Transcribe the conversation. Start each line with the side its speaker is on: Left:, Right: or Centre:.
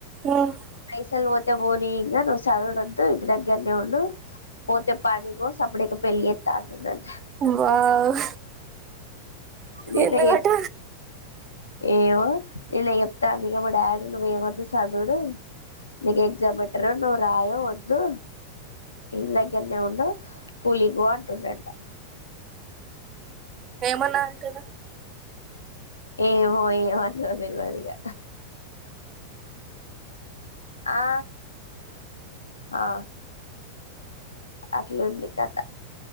Right: ఉమ్
Left: పైసల్ పోనీ ఇంగ నువ్వు చదువుడు వద్దు ఇంటి దగ్గరనే ఉండు పోతే పని కో సప్పుడేక పెళ్లి చేత్ త్త అంటుం
Right: వావ్
Left: నిన్న
Right: ఎందుకట
Left: చెప్ ఏవో నిన్న చెప్తాంది ఇగ మా డాడీ నువ్వేం వద్దు చదువుడు నీకు ఎక్జామ్ పెట్టరు నువ్ రాయవ్ వద్దు ఇంటి దగ్గరనే ఉండు కూలికి పో అంటుండంట
Right: ఏమన్నా అంటదా
Left: ఏవో ఏవో అంటదో తెలువదిగా ఆ ఆ అట్లుంది కథ